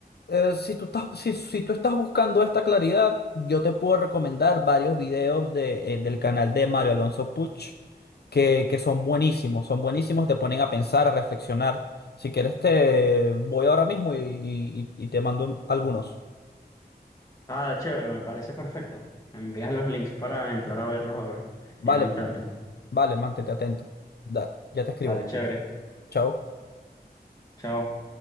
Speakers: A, on the left; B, on the left.
A: eh, si tú estás, si, si tú estás buscando esta claridad, yo te puedo recomendar varios videos de, eh, del canal de Mario Alonso Puch que, que son buenísimos, son buenísimos, te ponen a pensar, a reflexionar. Si quieres, te voy ahora mismo y, y- y te mando algunos.
B: Ah, chévere, me parece perfecto. Me envías los links para entrar a verlos a ver
A: Vale,
B: en un instante.
A: pues. Vale, mantente atento. Da, ya te escribo.
B: Dale, chévere.
A: Chao.
B: Chao.